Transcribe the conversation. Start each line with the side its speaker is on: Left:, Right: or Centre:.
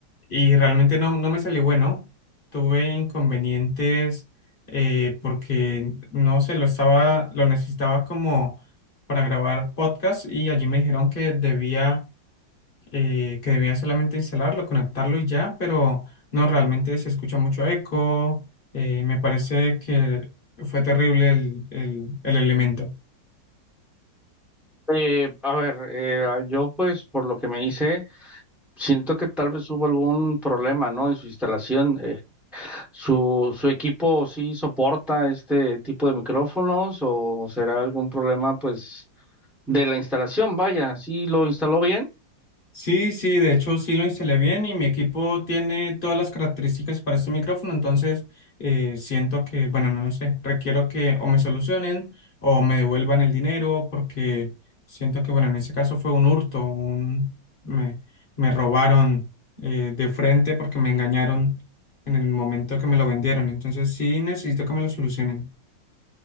Left: y realmente no, no me salió bueno. Tuve inconvenientes eh, porque no sé, lo estaba, lo necesitaba como para grabar podcast y allí me dijeron que debía eh, que debía solamente instalarlo, conectarlo y ya, pero no, realmente se escucha mucho eco. eh, me parece que fue terrible el, el- el elemento.
Centre: Eh, a ver, eh, yo pues por lo que me hice, siento que tal vez hubo algún problema, ¿no? En su instalación. Eh, ¿su, su equipo sí soporta este tipo de micrófonos o será algún problema pues de la instalación? Vaya, ¿sí lo instaló bien?
Left: Sí, sí, de hecho sí lo instalé bien y mi equipo tiene todas las características para este micrófono, entonces eh, siento que, bueno, no, lo sé, requiero que o me solucionen o me devuelvan el dinero porque siento que, bueno, en ese caso fue un hurto, un, me, me robaron eh, de frente porque me engañaron en el momento que me lo vendieron, entonces sí necesito que me lo solucionen.